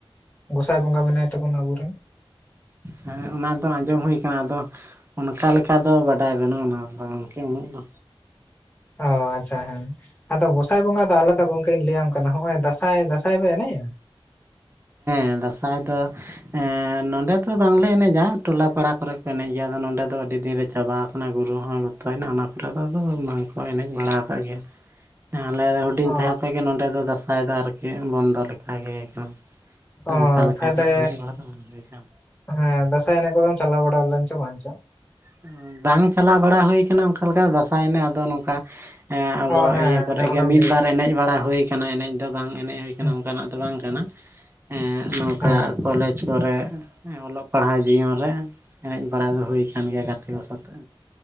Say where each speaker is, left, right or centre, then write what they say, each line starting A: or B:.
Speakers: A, on the left (about 15°); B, on the right (about 25°).
A: ᱜᱚᱸᱥᱟᱭ ᱵᱚᱸᱜᱟ ᱢᱮᱱᱟᱭ ᱛᱟᱵᱩᱱᱟ ᱟᱵᱩᱨᱮᱱ,
B: ᱦᱮ ᱚᱱᱟ ᱫᱚ ᱟᱸᱡᱚᱢ ᱦᱩᱭ ᱠᱟᱱᱟ ᱟᱫᱚ ᱚᱱᱠᱟ ᱞᱮᱠᱟ ᱫᱚ ᱵᱟᱰᱟᱭ ᱵᱟᱹᱱᱩᱜ-ᱟ ᱚᱱᱟ ᱫᱚ ᱜᱚᱝᱠᱮ ᱩᱱᱟᱹᱜ ᱫᱚ᱾
A: ᱚ ᱟᱪᱪᱷᱟ ᱦᱮᱸ ᱟᱫᱚ ᱜᱚᱸᱥᱟᱭ ᱵᱚᱸᱜᱟ ᱫᱚ ᱟᱞᱮ ᱫᱚ ᱜᱚᱝᱠᱮᱧ ᱞᱟᱹᱭᱟᱢ ᱠᱟᱱᱟ ᱦᱚᱸᱜ-ᱚᱭ ᱫᱟᱸᱥᱟᱭ ᱫᱟᱸᱥᱟᱭ ᱯᱮ ᱮᱱᱮᱡ-ᱟ?
B: ᱦᱮᱸ ᱫᱟᱸᱥᱟᱭ ᱫᱚ᱾ ᱮᱻ ᱱᱚᱸᱰᱮ ᱫᱚ ᱵᱟᱝᱞᱮ ᱮᱱᱮᱡ-ᱟ ᱴᱚᱞᱟ ᱯᱟᱲᱟ ᱠᱚᱨᱮ ᱠᱚ ᱮᱱᱮᱡ ᱜᱮᱭᱟ ᱟᱫᱚ ᱱᱚᱰᱮ ᱫᱚ ᱟᱹᱰᱤ ᱫᱤᱱ ᱨᱮ᱾ ᱪᱟᱵᱟ ᱟᱠᱟᱱᱟ ᱜᱩᱨᱩ ᱦᱚᱸᱭ ᱜᱚᱛᱚᱭᱱᱟ ᱚᱱᱟ ᱯᱚᱨᱮ ᱫᱚ ᱟᱫᱚ ᱵᱟᱝᱠᱚ ᱮᱱᱮᱡ ᱵᱟᱲᱟ ᱟᱠᱟᱫ ᱜᱮᱭᱟ᱾
A: <unintelligible>
B: ᱟᱞᱮ ᱫᱚ ᱦᱩᱰᱤᱧ
A: ᱚ
B: ᱛᱟᱦᱮᱸ ᱠᱷᱚᱡ ᱜᱮ ᱱᱚᱸᱰᱮ ᱫᱚ ᱫᱟᱸᱥᱟᱭ ᱫᱚ ᱟᱨᱠᱤ ᱵᱚᱱᱫᱚ ᱞᱮᱠᱟ ᱜᱮ᱾ ᱟᱫᱚ
A: ᱚ
B: ᱚᱝᱠᱟ ᱞᱮᱠᱟ
A: ᱛᱟᱦᱚᱞᱮ
B: ᱫᱚ ᱮᱱᱮᱡ ᱵᱟᱲᱟ ᱫᱚ ᱵᱟᱝ ᱦᱩᱭ ᱠᱟᱱ᱾
A: ᱦᱮᱸ ᱫᱟᱸᱥᱟᱭ ᱮᱱᱮᱡ ᱠᱚᱫᱚᱢ ᱪᱟᱞᱟᱣ ᱵᱟᱲᱟ ᱞᱮᱱ ᱪᱚ ᱵᱟᱝ ᱪᱚ᱾
B: ᱮᱸᱻ ᱵᱟᱝ ᱪᱟᱞᱟᱣ ᱵᱟᱲᱟ ᱦᱩᱭ ᱠᱟᱱᱟ ᱚᱱᱠᱟ ᱞᱮᱠᱟ‌ ᱫᱟᱸᱥᱟᱭ ᱮᱱᱮᱜ ᱟᱫᱚ ᱱᱚᱝᱠᱟᱼᱼ ᱮᱸ ᱟᱵᱚ
A: ᱚ ᱦᱮᱸ
B: ᱤᱭᱟᱹ ᱠᱚᱨᱮ
A: ᱦᱮᱸ ᱚᱱᱟᱢ
B: ᱜᱮ ᱢᱤᱫ
A: ᱞᱟᱹᱭ
B: ᱵᱟᱨ ᱮᱱᱮᱡ ᱵᱟᱲᱟ ᱦᱩᱭ ᱠᱟᱱᱟ ᱮᱱᱮᱡᱼᱼ ᱫᱚ ᱵᱟᱝ ᱮᱱᱮᱡ ᱦᱩᱭ ᱠᱟᱱᱟ
A: ᱦᱮᱸ
B: ᱚᱱᱠᱟ ᱱᱟᱜ ᱫᱚ ᱵᱟᱝ ᱠᱟᱱᱟ ᱮᱸ ᱱᱚᱝᱠᱟ
A: ᱦᱮᱸ
B: ᱠᱚᱞᱮᱡᱽ᱾ <inaudible> ᱠᱚᱨᱮ ᱮᱸ ᱚᱞᱚᱜ ᱯᱟᱲᱦᱟᱣ ᱡᱤᱭᱚᱱ ᱨᱮ ᱮᱱᱮᱡ ᱵᱟᱲᱟ ᱫᱚ ᱦᱩᱭ ᱠᱟᱱ ᱜᱮᱭᱟ ᱜᱟᱛᱮ ᱠᱚ ᱥᱚᱛᱮᱜ᱾